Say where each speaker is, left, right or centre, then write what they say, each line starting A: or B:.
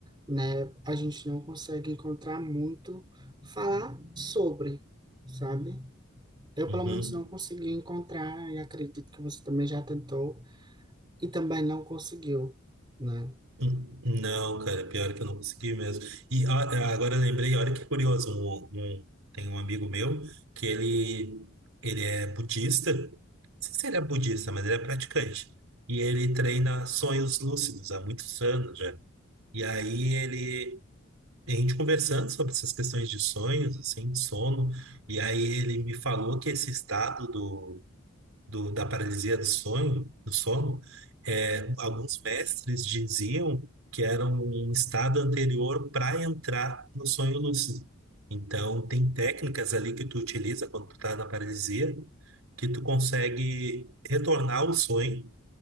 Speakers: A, on the right; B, on the right.
A: né, a gente não consegue encontrar muito falar sobre, sabe? Eu
B: Uhum.
A: pelo menos não consegui encontrar e acredito que você também já tentou e também não conseguiu, né?
B: Hum, Não, cara, pior que eu não consegui mesmo. E ó, é, agora eu lembrei, olha que curioso, um- um- tem um amigo meu que ele, ele é budista, não sei se ele é budista, mas ele é praticante, e ele treina sonhos lúcidos há muitos anos já. E aí ele, a gente conversando sobre essas questões de sonhos, assim, de sono, e aí ele me falou que esse estado do, da paralisia do sonho, do sono, é, alguns mestres diziam que era um estado anterior para entrar no sonho lúcido. Então, tem técnicas ali que tu utiliza quando tu tá na paralisia, que tu consegue retornar ao sonho.